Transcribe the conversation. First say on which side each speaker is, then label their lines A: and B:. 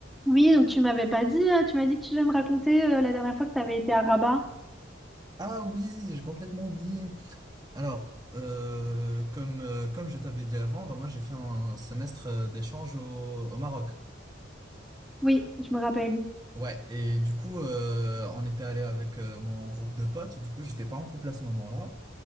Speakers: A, in the centre; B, on the right.
A: Oui, donc tu m'avais pas dit, euh, tu m'as dit que tu devais me raconter euh, la dernière fois que tu avais été à Rabat.
B: Ah oui, j'ai complètement oublié. Alors, euh, comme, euh, comme je t'avais dit avant, bah, moi j'ai fait un semestre euh, d'échange au, au Maroc.
A: Oui, je me rappelle.
B: Ouais, et du coup, euh, on était allé avec euh, mon groupe de potes. Du coup, j'étais pas en couple à ce moment-là.